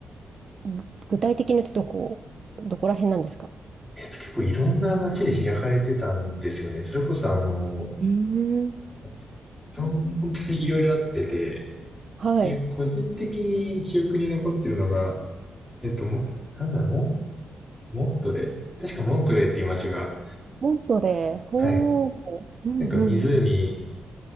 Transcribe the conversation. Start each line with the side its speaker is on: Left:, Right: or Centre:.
Right: ぐ具体的に言うとどこ、どこら辺なんですか
Centre: えっと、結構いろんな街で開かれてたんですよね。それこそあの、
Right: うーん。
Centre: だっていろん、本当にいろいろあってて、
Right: はい。
Centre: で、個人的に記憶に残ってるのが、えっと、も、なんだろモントレー確かモントレーっていう街が、
Right: モントレー、ほー。
Centre: はい。
Right: うんうん
Centre: なんか湖